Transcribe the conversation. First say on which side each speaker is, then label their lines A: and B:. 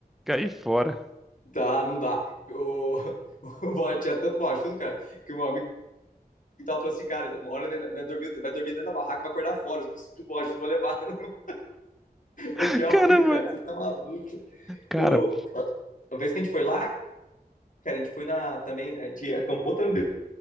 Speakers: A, in the centre; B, on the left.
A: caí fora.
B: tá, não dá. O, <laughs> o Bob tinha tanto mau ajudo, cara, que o meu amigo tava falando assim, cara, uma hora né, né, dormir, vai dormir dentro da barraca, vai acordar fora, os mau ajudo vão levar. <laughs>
A: <laughs>
B: Eu tinha
A: Caramba,
B: muito, cara, você tá maluco.
A: cara.
B: O, a vez que a gente foi lá, cara, a gente foi na, também, a gente acampou também